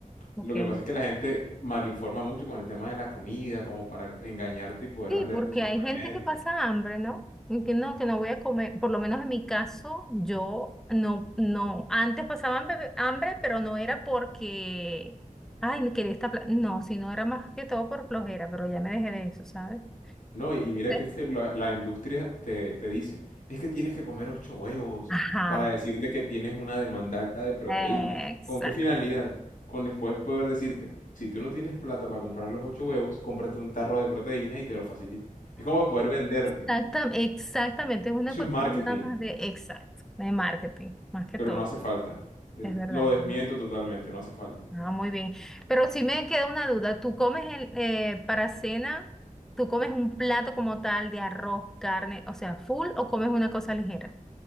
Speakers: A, in the centre; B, on the left.
A: ok.
B: Lo que pasa es que la gente malinforma mucho con el tema de la comida, como para engañarte y poder
A: Sí,
B: venderte
A: porque
B: suplementos.
A: hay gente que pasa hambre, ¿no? Y que no, que no voy a comer. Por lo menos en mi caso, yo no, no. Antes pasaba hambre, hambre, pero no era porque, ay, me quería esta... pla-". No, sino era más que todo por flojera, pero ya me dejé de eso, ¿sabes?
B: No, y mira
A: Sí.
B: que es que la, la industria te, te dice, es que tienes que comer ocho huevos
A: Ajá,
B: para decirte que tienes una demanda alta de proteínas.
A: exacto.
B: ¿Con qué finalidad? Con después poder decirte, si tú no tienes plata para comprar los ocho huevos, cómprate un tarro de proteínas y te lo facilita. Es como para poder venderte.
A: exactamente exactamente, es una
B: Eso
A: cuestión
B: es marketing,
A: nada más de exacto, de marketing, más que
B: pero
A: todo.
B: no hace falta. Eh,
A: Es verdad.
B: Lo desmiento totalmente, no hace falta.
A: Ah, muy bien. Pero sí me queda una duda. ¿Tú comes el, eh, para cena, tú comes un plato como tal de arroz, carne, o sea, full o comes una cosa ligera?